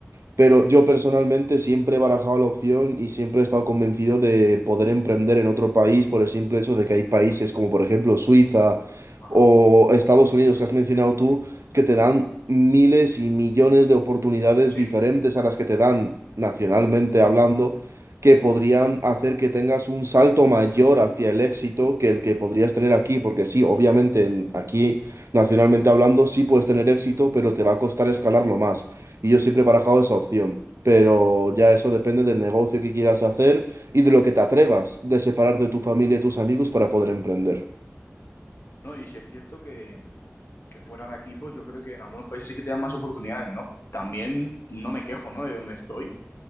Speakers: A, on the right (about 70°); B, on the left (about 55°).
A: Pero yo personalmente siempre he barajado la opción y siempre he estado convencido de poder emprender en otro país por el simple hecho de que hay países como por ejemplo Suiza
B: ajá.
A: o Estados Unidos que has mencionado tú, que te dan miles y millones de oportunidades
B: Sí,
A: diferentes a las que te dan nacionalmente hablando, que podrían hacer que tengas un salto mayor hacia el éxito que el que podrías tener aquí, porque sí, obviamente en- aquí nacionalmente hablando sí puedes tener éxito, pero te va a costar escalarlo más. Y yo siempre he barajado esa opción. Pero ya eso depende del negocio que quieras hacer y de lo que te atrevas de separar de tu familia y tus amigos para poder emprender.
B: ¿no? Y si es cierto que, que fuera de aquí, pues yo creo que en algunos países sí que te dan más oportunidades, ¿no? También no me quejo, ¿no? De donde estoy.